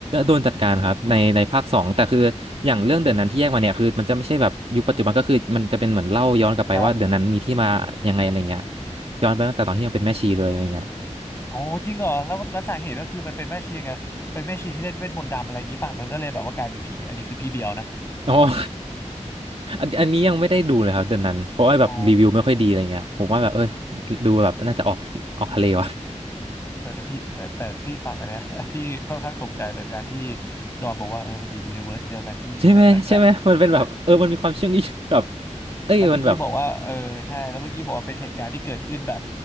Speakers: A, on the right (about 50°); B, on the left (about 20°).
A: โดนจัดการครับในในภาคสองแต่คืออย่างเรื่องเดือนนั้นที่แยกมาเนี่ยคือมันจะไม่ใช่แบบยุคปัจจุบันก็คือมันจะเป็นเหมือนเล่าย้อนกลับไปว่าเดือนนั้นมีที่มายังไงอะไรเงี้ย
B: ครับ
A: ย้อนไปตั้งแต่ตอนที่ยังเป็นแม่ชีเลยอะไรเงี้ย
B: อืม โอ้จริงเหรอแล้วแล้วสาเหตุก็คือมันเป็นแม่ชีไงเป็นแม่ชีที่เล่นเวทมนต์ดำอะไรอย่างนี้ป่ะมันก็เลยแบบว่ากลายเป็นผีอันนี้คือพี่เบียวนะ
A: อ๋อ <laughs> อันอันนี้ยังไม่ได้ดูเลยครับเดือนนั้นเพราะว่าแบบรีวิวไม่ค่อยดีอะไรเงี้ยผมว่าแบบเอ้ย
B: <laughs> อ๋อ
A: ดูแบบน่าจะออกออกทะเลวะ
B: เออแต่พี่แต่แต่พี่ฟังอันเนี้ย <laughs> พี่ค่อนข้างตกใจเลยการที่ดอนบอกว่าเออมันอยู่ยูนิเวอร์สเดียวกันพี่มันเป็นเหมือนแบบ
A: ใช่ไหมใช่ไหมมันเป็นแบบเออมันมีความเชื่องอีแบบ
B: เนี่ย
A: เอ้ยมันแบบ
B: แล้วเมื่อกี้บอกว่าเออใช่แล้วเมื่อกี้บอกว่าเป็นเหตุการณ์ที่เกิดขึ้นแบบ